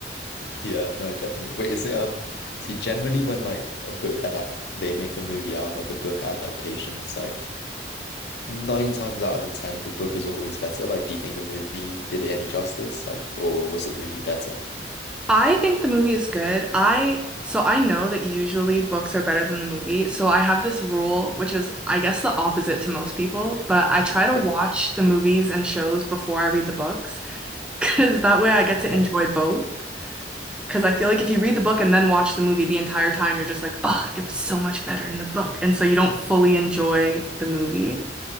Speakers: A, on the left; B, in the centre.
A: Yeah, no, definitely. Wait, is it um see generally when like a book adapt they make a movie out of like a book adaptations like nine times out of ten the book is always better. Like do you think the movie did it any justice? Like or was the movie better?
B: I think the movie is good. I so I know that usually books are better than the movie. So I have this rule, which is I guess the opposite to most people, but I try to
A: Yeah.
B: watch the movies and shows before I read the books because that way I get
A: Right.
B: to enjoy both. Because I feel like if you read the book and then watch the movie the entire time, you're just like, oh, it was so much better in the book. And so you don't fully enjoy the movie.